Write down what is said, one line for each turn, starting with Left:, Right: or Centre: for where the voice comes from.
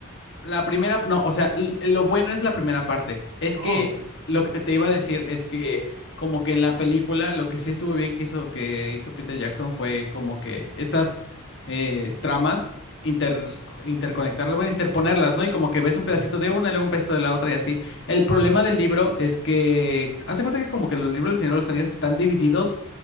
Left: La primera, no, o sea, l- lo bueno es la primera parte. Es
Right: Oh,
Left: que lo que te iba a decir es que como que en la película lo que sí estuvo bien que hizo que hizo Peter Jackson fue como que estas eh, tramas inter interconectarlas, bueno, interponerlas, ¿no? Y como que ves un
Right: ujú,
Left: pedacito de una y luego un pedacito de la otra y así. El problema
Right: ajá,
Left: del libro es que hace cuenta que como que los libros del Señor de los Anillos están divididos